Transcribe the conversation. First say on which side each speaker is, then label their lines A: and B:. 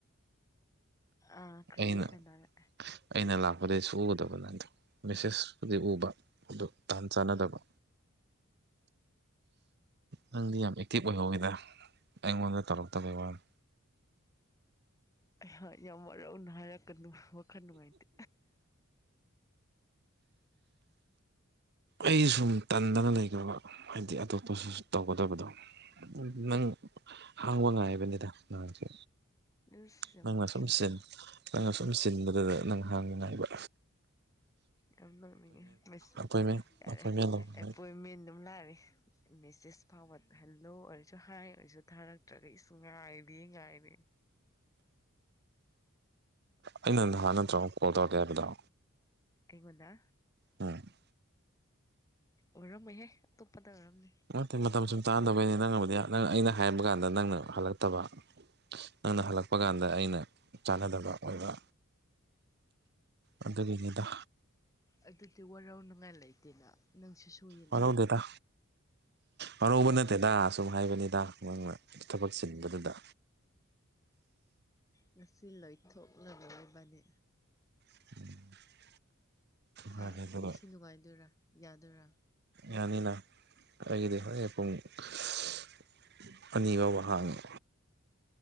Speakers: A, on the left; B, on the right.
A: ꯑ ꯈꯗꯤꯁꯗꯔꯦ
B: ꯑꯩꯅ ꯑꯩꯅ ꯂꯥꯛꯄꯗꯒꯤꯩ ꯁꯨꯒꯗꯕ ꯅꯪꯗ ꯃꯦꯁꯦꯁꯄꯨꯗꯤ ꯎꯕ ꯑꯗꯨ ꯇꯍꯥꯟ ꯆꯥꯟꯅꯗꯕ ꯅꯪꯗꯤ ꯌꯥꯝ ꯑꯦꯛꯇꯤꯚ ꯑꯣꯏꯍꯧꯋꯤꯗ ꯑꯩꯉꯣꯟꯗ ꯇꯧꯔꯛꯇꯕꯒꯤ ꯋꯥꯅꯤ
A: ꯍꯣꯏ ꯌꯥꯝ ꯋꯥꯔꯧꯅ ꯍꯥꯏꯔꯛꯀꯗ ꯋꯥꯈꯜ ꯅꯨꯡꯉꯥꯏꯇꯦ
B: ꯑꯩ ꯁꯨꯝ ꯇꯟꯗꯅ ꯂꯩꯈ꯭ꯔꯕ ꯍꯥꯏꯗꯤ ꯑꯇꯣꯞꯄꯁꯨ ꯇꯧꯒꯗꯕꯗꯣ ꯅꯪ ꯍꯥꯡꯕ ꯉꯥꯏꯕꯅꯤꯗ ꯅꯍꯥꯡꯁꯦ
A: ꯑꯁ ꯌꯥꯝ
B: ꯅꯪꯅ
A: ꯅꯨꯡꯁꯤꯗ
B: ꯁꯨꯝ ꯅꯪꯅ ꯁꯨꯝ ꯆꯟꯕꯗꯨꯗ ꯅꯪ ꯍꯥꯡꯅꯤꯉꯥꯏꯕ
A: ꯌꯥꯝ ꯂꯧꯅꯤꯡꯉꯦ ꯃꯁꯤ
B: ꯑꯄꯣꯏꯟꯃꯦꯟ
A: ꯌꯥꯔꯦ
B: ꯑꯄꯣꯏꯟꯃꯦꯟ ꯂꯧꯅꯤꯡꯕꯩ
A: ꯑꯦꯄꯣꯏꯟꯃꯦꯟ ꯑꯗꯨꯝ ꯂꯥꯛꯑꯦ ꯃꯦꯁꯦꯖ ꯐꯥꯎꯕ ꯍꯜꯂꯣ ꯑꯣꯏꯔꯁꯨ ꯍꯥꯏ ꯑꯣꯏꯔꯁꯨ ꯊꯥꯔꯛꯇ꯭ꯔꯒ ꯏꯁꯁꯨ ꯉꯥꯏꯔꯤ ꯉꯥꯏꯔꯤ
B: ꯑꯩꯅ ꯅꯍꯥꯟ ꯅꯠꯇ꯭ꯔ ꯑꯃꯨꯛ ꯀꯣꯜ ꯇꯧꯔꯛꯀꯦ ꯍꯥꯏꯕꯗꯣ
A: ꯑꯩꯉꯣꯟꯗ
B: ꯎꯝ
A: ꯑꯣꯏꯔꯝꯃꯣꯏꯍꯦ ꯑꯇꯣꯞꯄꯗ ꯑꯣꯏꯔꯝꯃꯦ
B: ꯑꯇꯩ ꯃꯇꯝ ꯁꯨꯝ ꯇꯥꯟꯅꯗꯕꯩꯅꯦ ꯅꯪꯅꯕꯨꯗꯤ ꯅꯪ ꯑꯩꯅ ꯍꯥꯏꯕ ꯀꯥꯟꯗ ꯅꯪꯅ ꯍꯜꯂꯛꯇꯕ ꯅꯪꯅ ꯍꯜꯂꯛꯄ ꯀꯥꯟꯗ ꯑꯩꯅ ꯆꯥꯟꯅꯗꯕ ꯑꯣꯏꯕ ꯑꯗꯨꯒꯤꯅꯤꯗ
A: ꯑꯗꯨꯗꯤ ꯋꯥꯔꯧꯅꯉꯥꯏ ꯂꯩꯇꯦꯅ ꯅꯪꯁꯨ ꯁꯨꯏ
B: ꯋꯥꯔꯧꯗꯦꯗ ꯋꯥꯔꯧꯕ ꯅꯠꯇꯦꯗ ꯑꯁꯨꯝ ꯍꯥꯏꯕꯅꯤꯗ ꯃꯥꯅ ꯊꯕꯛ ꯆꯤꯟꯕꯗꯨꯗ
A: ꯉꯁꯤ ꯂꯣꯏꯊꯣꯛꯂꯔꯕꯅꯤ
B: <unintelligible>
A: ꯍꯥ
B: ꯃꯥꯅꯤ ꯑꯗꯨꯒ
A: ꯉꯁꯤ ꯅꯨꯡꯉꯥꯏꯗꯣꯏꯔꯥ ꯌꯥꯗꯣꯏꯔꯥ
B: ꯌꯥꯅꯤꯅ ꯑꯩꯒꯤꯗꯤ ꯍꯣꯔꯦꯟ ꯄꯨꯡ <unintelligible> ꯑꯅꯤꯐꯥꯎꯕ ꯍꯥꯡꯉꯦ